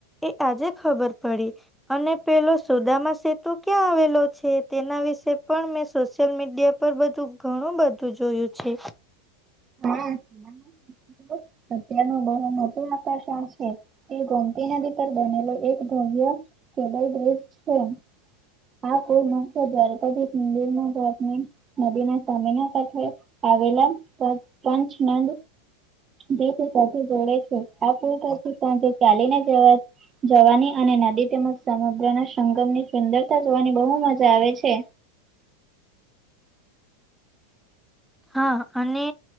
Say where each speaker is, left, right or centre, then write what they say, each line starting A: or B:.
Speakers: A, in the centre; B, on the right.
A: એ આજે ખબર પડી. અને પેલો સુદામા સેતુ ક્યાં આવેલો છે? તેના વિશે પણ મેં સોશિયલ મીડિયા પર બધું ઘણું બધું જોયું છે.
B: હા. અત્યારનું બહુ મોટું આકર્ષણ છે એ ગોમતી નદી પર બનેલો એક ભવ્ય કેદ દેશ છે હા કોઈ નુ દણપદી મંદિર નુ ડોટ નુ નદીના સમીના કાઠે આવેલા પંચનંદ જે તે સાથે જોડે છે આ પુલ પાસે પરંતુ ચાલીને જવાએ જવાની અને નદી તેમજ સમુદ્રના સંગમની સુંદરતા જોવાની બહુ મજા આવે છે.
A: હા અને